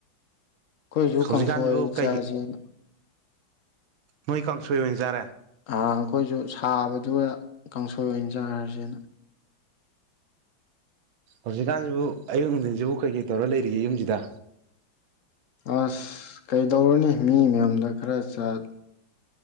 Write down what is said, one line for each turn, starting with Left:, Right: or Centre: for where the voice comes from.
Left: ꯑꯩꯈꯣꯏꯖꯨ
Right: ꯍꯧꯖꯤꯛꯀꯥꯟꯁꯤꯕꯨ
Left: ꯀꯥꯡꯁꯣꯏ ꯏꯆꯥꯖꯦꯅ
Right: ꯀꯩꯒꯤ ꯅꯣꯏ ꯀꯥꯡꯁꯣꯏ ꯑꯣꯏꯅ ꯆꯥꯔꯦ꯫
Left: ꯑꯥ ꯑꯩꯈꯣꯏꯖꯨ ꯁꯥꯕꯗꯨꯒ ꯀꯥꯡꯁꯣꯏ ꯑꯣꯏꯅ ꯆꯥꯔꯖꯦꯅ꯫
Right: ꯍꯧꯖꯤꯛꯀꯥꯟꯖꯤꯕꯨ ꯑꯌꯨꯛ ꯅꯨꯡꯗꯤꯟꯖꯤꯕꯨ ꯀꯩꯀꯩ ꯇꯧꯔ ꯂꯩꯔꯤꯒꯦ ꯌꯨꯝꯖꯤꯗ꯫
Left: ꯑꯁ ꯀꯩꯗꯧꯔꯨꯅꯤ ꯃꯤ ꯃꯌꯨꯝꯗ ꯈꯔ ꯆꯠ